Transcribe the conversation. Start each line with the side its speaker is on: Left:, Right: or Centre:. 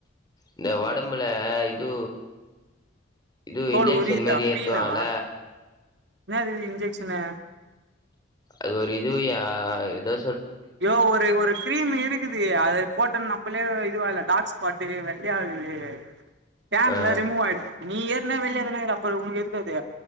Left: இந்த ஒடம்புல இது இதுவு
Right: தோல்
Left: இன்ஜெக்க்ஷன்
Right: உரியுதா
Left: மேரி ஏத்துவாங்ள
Right: பீனா என்னது இது இன்ஜெக்ஷனு
Left: அது ஒரு இதுவு யா எதோ
Right: யோ ஒரு ஒரு கிரீம் இருக் இக்குது அத போட்டன்னாப்லே இதுவா இல்ல டார்க் ஸ்பாட்டு வெள்ளையா ஆகுது டேன்
Left: ஆ
Right: எல்லா ரிமூவ் ஆயிடு நீ ஏற்கனே வெள்ளையாதான இருக்ற அப்ப ஒனக்கு எதுக்கு அது